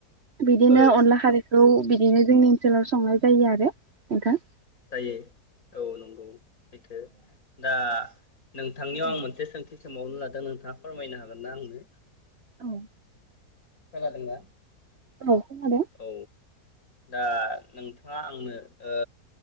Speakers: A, on the right; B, on the left.
A: बिदिनो
B: ओ
A: अनला खारैखौ
B: नंगौ
A: बिदिनो जोंनि जोलाव संनाय जायो आरो नोंथां
B: जायो औ नंगौ सैथो दा नोंथांनियाव
A: ओ
B: आं मोनसे सोंथि सोंबावनो लादों नोंथाङा फोरमायनो हागोन ना आंनो
A: औ
B: खोनादों ना
A: औ खोनादों
B: औ दा नोंथाङा आंनो ओ